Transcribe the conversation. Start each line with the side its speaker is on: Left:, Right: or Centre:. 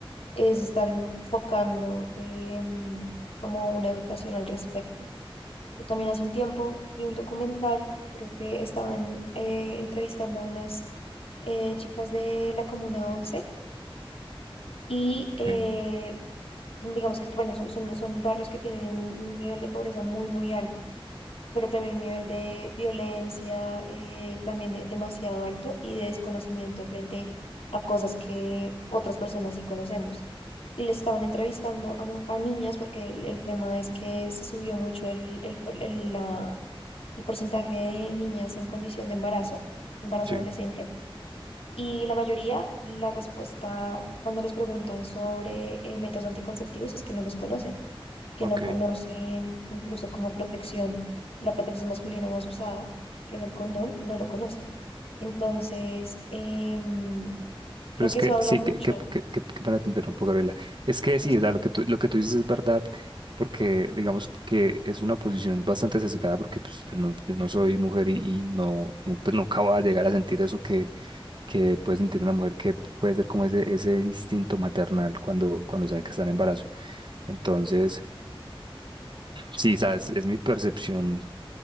Left: es estar enfocando em, como una educación al respecto. Yo también hace un tiempo vi un documental, creo que estaban eh, entrevistando a unas eh, chicas de la Comuna 11 y eh,
Right: eh,
Left: digamos que bueno, son, son, son barrios que tienen un nivel de pobreza muy, muy alto pero también un nivel de violencia eh, también de- demasiado alto y de desconocimiento frente a cosas que otras personas sí conocemos. Y le estaban entrevistando a, mu- a niñas porque el, el tema es que se subió mucho el, el, por- el, la- el porcentaje de niñas en condición de embarazo, embarazo
Right: sí,
Left: adolescente. Y la mayoría, la respuesta cuando les preguntan sobre eh, métodos anticonceptivos es que no los conocen que
Right: ok.
Left: no conocen incluso como protección, la protección masculina más usada, que es el condón, no lo conocen. Entonces, em, creo
Right: Pero es
Left: que
Right: que
Left: eso habla
Right: sí,
Left: mucho,
Right: que, que, que, que, que para te interrumpo, Gabriela. Es que sí,
Left: no sé,
Right: o sea, lo que tú, lo que tú dices es verdad, porque digamos que es una posición bastante sesgada, porque pues, yo no, yo no soy mujer y, y no, nu- pues, nunca voy a llegar a sentir eso que, que puede sentir una mujer que puede ser como ese, ese instinto maternal cuando, cuando sabe que está en embarazo. Entonces, sí, sabes, es mi percepción